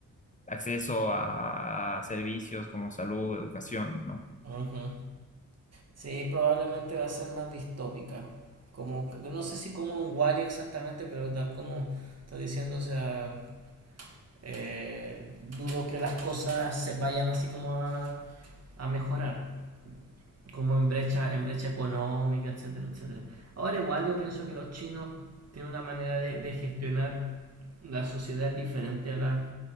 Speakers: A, on the left; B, on the right.
A: acceso a, a servicios como salud, educación, ¿no?
B: Ajá. Sí, probablemente va a ser más distópica. Como, no sé si como un Wall-E exactamente, pero tal como estás diciendo, o sea, eh, dudo que las cosas se vayan así como a, a mejorar, como en brecha, en brecha económica, etcétera, etcétera. Ahora igual yo pienso que los chinos tienen una manera de, de gestionar la sociedad diferente a las